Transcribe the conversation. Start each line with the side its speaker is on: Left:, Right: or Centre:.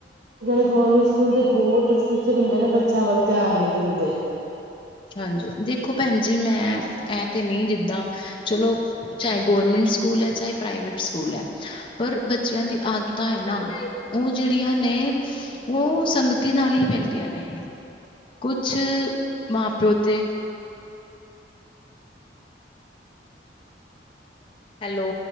Right: ਜੇੜੇ ਗੋਰਮੈਂਟ ਸਕੂਲ ਦੇ ਬੋਤ ਟੀਚਰ ਹੁੰਦੇ ਨੇ ਬੱਚਿਆਂ ਵੱਲ ਧਿਆਨ ਨਈਂ ਦਿੰਦੇ।
Left: ਹਾਂਜੀ ਦੇਖੋ ਭੈਣ ਜੀ, ਮੈਂ ਐ ਤੇ ਨੀਂ ਜਿੱਦਾਂ ਚਲੋ ਚਾਏ ਗੌਰਮੈਂਟ ਸਕੂਲ ਐ, ਚਾਏ ਪ੍ਰਾਈਵੇਟ ਸਕੂਲ ਐ ਪਰ ਬੱਚੇਆਂ ਦੀ ਆਦਤਾਂ ਏਨਾ, ਓ ਜੇੜੀਆਂ ਨੇ ਓ ਸੰਗਤੀ ਨਾਲ ਹੀ ਪੈਂਦੀਆਂ ਨੇ, ਕੁਛ ਮਾਂ-ਪਿਓ ਤੇ ਹੈਲੋ।